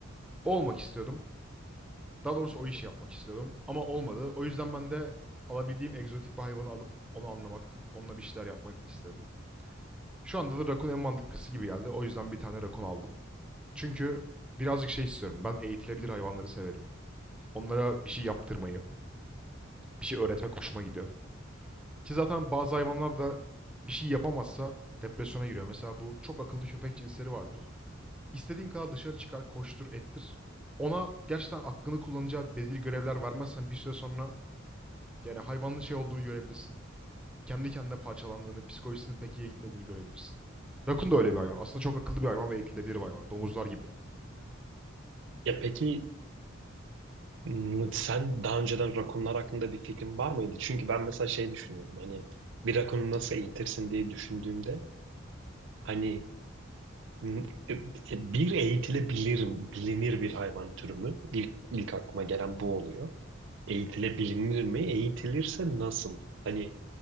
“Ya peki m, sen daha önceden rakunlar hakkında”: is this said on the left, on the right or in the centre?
Right